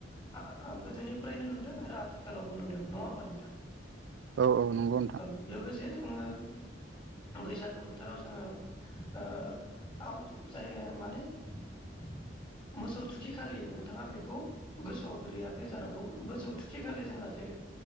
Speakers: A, on the left (about 25°); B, on the right (about 80°).
A: आ गोदोनिफ्राय। नो नुदों आरो आथिखालावबो नुदों नङाबा नोंथां।
B: औ औ नंगौ नोंथां
A: औ लोगोसे जोङो। बैसागो बोथोराव जोङो ओ आउट जायो माने। <inaudible> मोसौ थुखि खालि नोंथाङा बेखौ गोसोआव गोलैयाखै जानांगौ मोसौ थुखि खालि जोंङो। जे